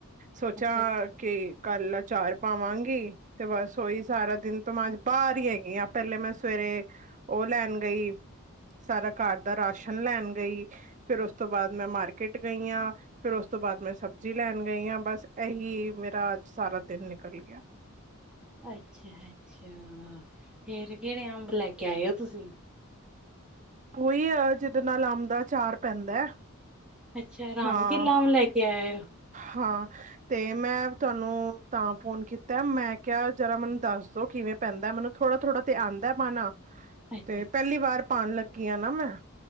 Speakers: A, on the right; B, in the centre.
A: ਸੋਚਿਆ
B: ਅੱਛਾ
A: ਕਿ ਕੱਲ ਆਚਾਰ ਪਾਵਾਂਗੀ। ਤੇ ਬਸ ਉਹੀ ਸਾਰਾ ਦਿਨ ਤਾਂ ਮੈਂ ਅੱਜ ਬਾਹਰ ਹੀ ਹੈਗੀ ਆ, ਪਹਿਲੇ ਮੈਂ ਸਵੇਰੇ ਉਹ ਲੈਣ ਗਈ। ਸਾਰਾ ਘਰ ਦਾ ਰਾਸ਼ਨ ਲੈਣ ਗਈ ਫੇਰ ਉਸ ਤੋਂ ਬਾਅਦ ਮੈਂ ਮਾਰਕੀਟ ਗਈ ਆ। ਫੇਰ ਉਸ ਤੋਂ ਬਾਅਦ ਮੈਂ ਸਬਜ਼ੀ ਲੈਣ ਗਈ ਹਾਂ, ਬਸ ਇਹੀ ਮੇਰਾ ਅੱਜ ਸਾਰਾ ਦਿਨ ਨਿਕਲ ਗਿਆ।
B: ਅੱਛਾ ਅੱਛਾ, ਫੇਰ ਕਿਹੜੇ ਅੰਬ ਲੈ ਕੇ ਆਏ ਹੋ ਤੁਸੀਂ?
A: ਉਹੀ ਆ ਜਿਹਦੇ ਨਾਲ ਅੰਬ ਦਾ ਅਚਾਰ ਪੈਂਦਾ।
B: ਅੱਛਾ ਰਾਮ
A: ਹਾਂ
B: ਕੇਲਾਮ ਲੈ ਕੇ ਆਏ ਓ?
A: ਹਾਂ, ਤੇ ਮੈਂ ਤੁਹਾਨੂੰ ਤਾਂ ਫੋਨ ਕੀਤਾ ਮੈਂ ਕਿਹਾ ਜਰਾ ਮੈਨੂੰ ਦੱਸ ਦੋ ਕਿਵੇਂ ਪੈਂਦਾ ਮੈਨੂੰ ਥੋੜਾ-ਥੋੜਾ ਤੇ ਆਂਦਾ ਪਾਣਾ।
B: ਅੱਛਾ
A: ਤੇ
B: ਅੱਛਾ
A: ਪਹਿਲੀ ਵਾਰ ਪਾਣ ਲੱਗੀ ਆ ਨਾ ਮੈਂ।